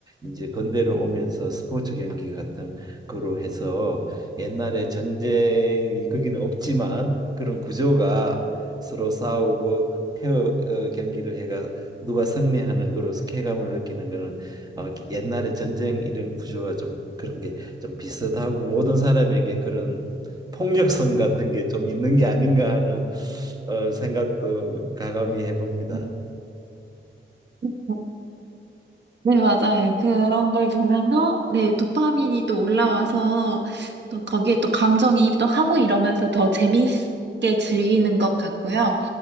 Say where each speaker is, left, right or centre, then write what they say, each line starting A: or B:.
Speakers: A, on the right; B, on the right.
A: 이제 건대로 오면서 스포츠 경기 같은 거로 해서 옛날에 전쟁이 거기는 없지만 그런 구조가 서로 싸우고 페어 어, 경기를 해가 누가 승리하는 거로서 쾌감을 느끼는 거는 어, 옛날에 전쟁 이런 구조와 좀 그런 게 좀 비슷하고 모든 사람에게 그런 폭력성 같은 게 좀 있는 게 아닌가 하는 어, 생각도 가감히 해봅니다.
B: 음, 음, 음. 네, 맞아요. 그런 걸 보면서 네, 도파민이 또 올라와서 또 거기에 또 감정이입도 하고 이러면서 더 재미있게 즐기는 것 같고요.